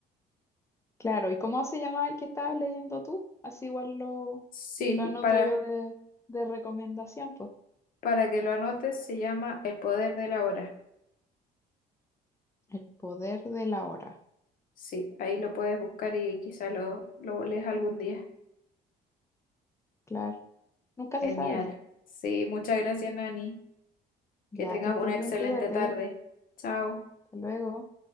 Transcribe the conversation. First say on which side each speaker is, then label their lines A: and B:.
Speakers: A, on the left; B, on the left.
A: claro. ¿Y cómo se llamaba el que estabas leyendo tú? Así igual lo,
B: Sí,
A: lo anoto
B: para,
A: yo de, de recomendación, pues.
B: para que lo anotes se llama El poder de la hora.
A: El poder de la hora.
B: Sí, ahí lo puedes buscar y quizá lo, lo lees algún día.
A: Claro, nunca se
B: Genial.
A: sabe, po.
B: Sí, muchas gracias, Nani.
A: Ya
B: Que tengas
A: que estés
B: una
A: bien,
B: excelente
A: cuídate.
B: tarde. Chao.
A: Hasta luego.